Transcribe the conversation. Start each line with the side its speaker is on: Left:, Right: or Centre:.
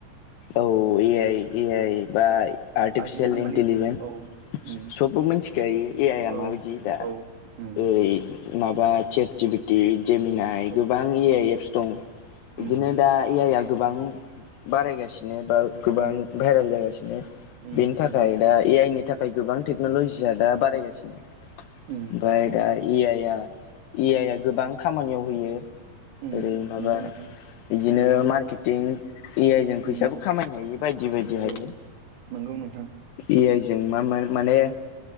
Left: औ ए आइ ए आइ बा आर्टिफिसियेल
Right: आजिखालि मानि
Left: इन्टिलिजेन
Right: औ उम
Left: सबबो मिथिखायो ए आइ आ
Right: औ
Left: माबायदि दा
Right: औ उम
Left: ओरै माबा चेट जिफिटि जेमिनाय
Right: औ
Left: गोबां ए आइ
Right: उम
Left: एप्स दं बिदिनो
Right: उम
Left: दा ए आइ आ गोबां बारायगासिनो बा गोबां
Right: औ
Left: भाइरेल जागासिनो
Right: उम
Left: बेनि थाखाय
Right: नंगौ
Left: दा ए आइ नि नि थाखाय गोबां टेक्न'लजिया दा बारायगासिनो।
Right: उम।
Left: ओमफ्राय दा ए आइ आ ए आइ आ गोबां खामानियाव होयो।
Right: उम
Left: ओरै माबा
Right: नंगौ नोंथां
Left: बिदिनो मार्केटिं ए आइ जों
Right: उम
Left: फैसा खामायनो हायि बायदि बायदि हायो
Right: औ नंगौ नोंथां
Left: ए आइजोंों मा माने